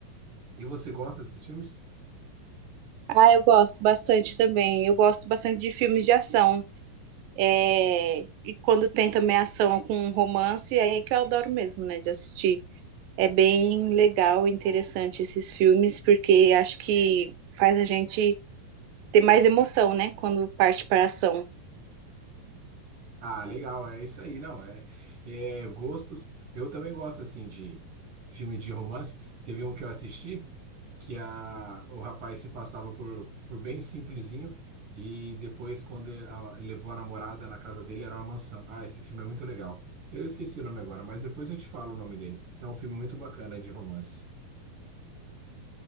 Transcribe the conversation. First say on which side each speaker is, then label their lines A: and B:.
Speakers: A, on the right; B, on the right.
A: E você gosta desses filmes?
B: Ah, eu gosto bastante também. Eu gosto bastante de filmes de ação. É, E quando tem também ação com romance, é aí que eu adoro mesmo, né, de assistir. é bem legal, interessante esses filmes, porque acho que faz a gente ter mais emoção, né, quando parte para a ação.
A: Ah, legal, é isso aí, não. É, é gostos. Eu também gosto, assim, de filme de romance. Teve um que eu assisti. que a, o rapaz se passava por, por bem simplesinho e depois, quando ele, a- levou a namorada na casa dele, era uma mansão. Ah, esse filme é muito legal. Eu esqueci o nome agora, mas depois eu te falo o nome dele. É um filme muito bacana de romance.